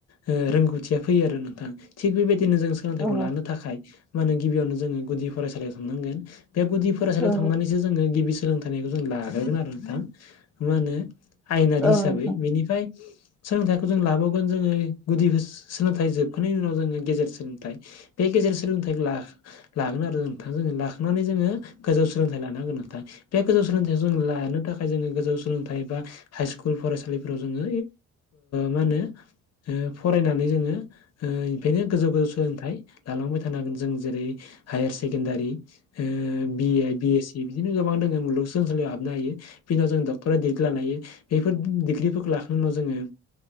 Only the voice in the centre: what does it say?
औ
औ
औ
नोंथां